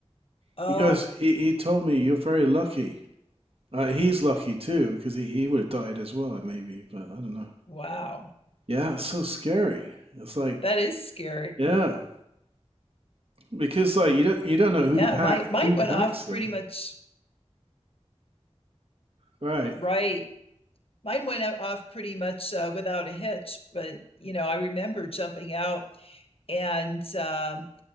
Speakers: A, on the left; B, on the right.
A: Oh,
B: He goes, he, he told me you're very lucky. Uh, he's lucky too because he, he would have died as well, maybe, but I don't know.
A: wow.
B: Yeah, it's so scary. It's like,
A: That is scary.
B: yeah, because like you don't you don't know who
A: Yeah,
B: pack
A: my mine
B: who packs
A: went off
B: them,
A: pretty much
B: right?
A: right. Mine went o- off pretty much uh, without a hitch, but you know, I remember jumping out and um